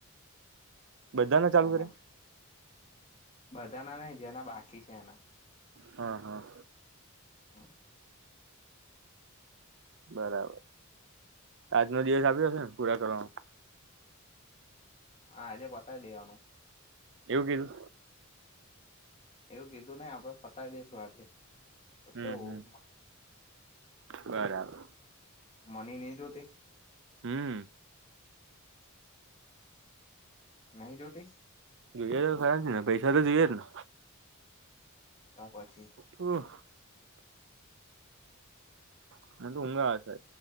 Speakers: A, on the right (about 60°); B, on the left (about 30°).
A: બધાને ચાલુ
B: એમાં
A: કરે
B: બધાના ને, જેના બાકી છે એના.
A: હા, હા.
B: હા.
A: બરાબર, આજનો દિવસ આપ્યો હશે ને પૂરા કરવાનો.
B: હા, આજે પતાવી લેવાનું.
A: એવું કીધું.
B: એવું કીધું ને, આપડે પતાવી દઈશું આજે. તો
A: હમ,
B: કેવું
A: હમ, બરાબર.
B: મની નહીં જોતી.
A: હમ.
B: <unintelligible> નહી જો્યોતી?
A: જોઈએ તો ખરાબ ને પૈસા તો જોઈએ જ ને.
B: ત પછી.
A: ઓ. મ હંગશે